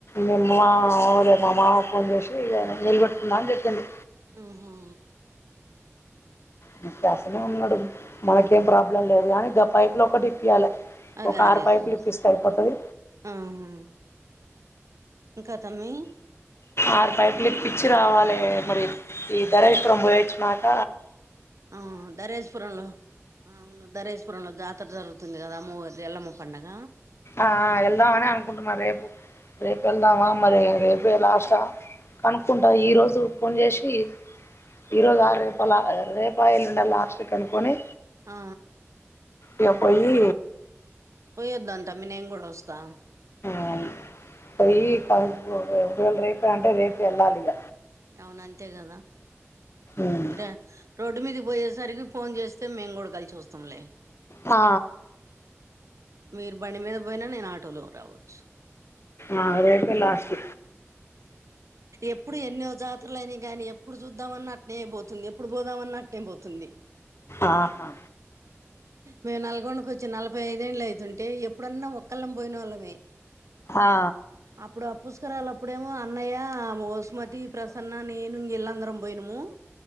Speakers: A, on the left; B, on the right.
A: మన్ ఆ అవులే మా మామ కు ఫోన్ చేసి ఇలా నిలబెట్టుకున్నా అని చెప్పింది
B: ఊహు
A: నీకు చేస్తనే ఉన్నాడు మనకేం
B: అంతే
A: ప్రాబ్లం లేదు కానీ గా పైప్ లు ఒకటి ఇప్పియాలి
B: అదే
A: ఒక
B: అదే
A: ఆరు పైపులు
B: తమ్మి
A: ఇప్పిస్తే అయిపోతది
B: ఆహా ఇంకా అతన్ని
A: ఆరు పైపులు ఇపిచ్చి రావాలే మరి ఈ ధరేశ్వరం పొయ్యోచ్చినాక
B: ఆ ధరేశ్ పురంలో ఆ అవును ధరేశ్ పురంలో జాతర జరుగుతుంది తుందిగా అమ్మవారి ఎల్లమ్మ పండగ
A: ఆ వెళ్దామనే అనుకుంటున్నా రేపు రేపు వెళ్దామా మరి రేపే లాస్టా కనుక్కుంట ఈ రోజు ఫోన్ చేసి ఈరోజా రేపాల రేపా ఎలుండ లాస్ట్ కి కనుకొని
B: ఆ
A: ఇక పోయి
B: పోయొద్దంట అమ్మి నేం కూడా వస్తా
A: ఆది పోయి కనుకో రెండు రోజులు రేపే అంటే రేపు వెళ్ళాలి ఇగ
B: అవునంతే కదా
A: ఉమ్
B: ఇర రోడ్డు మీదకి పొయ్యే సరికి ఫోన్ చేస్తే మేము కూడా కలిసి వస్తాంలే
A: ఆ
B: మీరు బండి మీద పోయినా నేను ఆట్ ఆటో లో రావచ్చు
A: ఆ రేపే లాస్ట్
B: ఎప్పుడు ఎన్నో జాతరల అయినా కానీ ఎప్పుడు చూద్దాంమన్నా అట్నే పోతుంది ఎప్పుడు పోదామ అన్నా అట్నే పోతుంది
A: ఆహా
B: మేము నల్గొండకి వచ్చి నలభై ఐదేండ్లు అయిద్ సంటే ఎప్పుడన్నా ఒక్కళ్ళం పోయినోళ్ళమే
A: ఆ
B: అప్పుడు ఆ పుష్కరాలు అప్పుడు డేమో అన్నయ మస్మతి ప్రసన్న నేను ఇలాందరం పోయినము